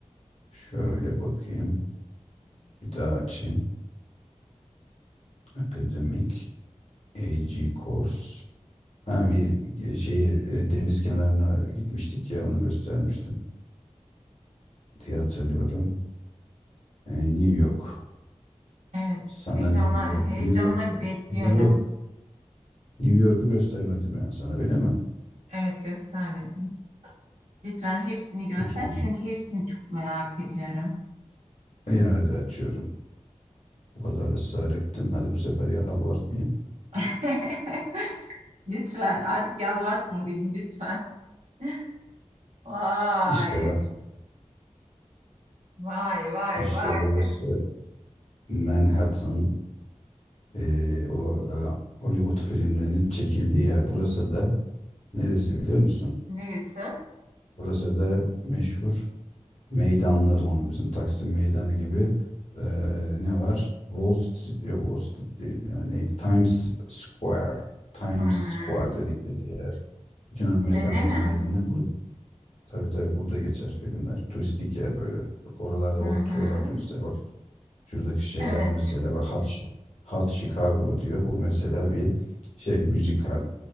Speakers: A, on the left (about 65°); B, on the right (about 80°).
A: Şöyle bakayım. Bir daha açayım. Akademik AG Course. Ha bir ge- şey e, deniz kenarına gitmiştik ya onu göstermiştim diye hatırlıyorum. E, New York.
B: Evet,
A: Sana
B: heyecanla
A: New York,
B: heyecanla
A: New York,
B: bekliyorum.
A: New York, New York'u göstermedim yani sana öyle mi?
B: Evet, göstermedim. Lütfen hepsini göster
A: Uzun.
B: çünkü hepsini çok merak ediyorum.
A: E, hadi açıyorum. Bu kadar ısrar ettin. Hadi bu sefer yalvartmayayım.
B: <laughs> Lütfen artık yalvartma beni lütfen. <laughs> Vay,
A: İşte bak,
B: vay, vay,
A: işte
B: vay.
A: burası Manhattan, eee, o e, Hollywood filmlerinin çekildiği yer. Burası da neresi biliyor musun?
B: Neresi?
A: Burası da meşhur meydanları onun. Bizim Taksim Meydanı gibi eee, ne var? Wall Street, yok Wall Street değil. Yani neydi? Times Square. Times
B: Hmm.
A: Square dedikleri yer. Bütün Amerikan
B: Öyle
A: filmlerinde
B: mi?
A: Tabii tabii burada geçer filmler. Turistik yer böyle. Bak oralarda
B: Hı
A: oturuyorlar
B: hı.
A: turistler. Bak şuradaki şeyler
B: Evet.
A: mesela bak Hot, Chi- Hot Chicago diyor. Bu mesela bir şey müzikal.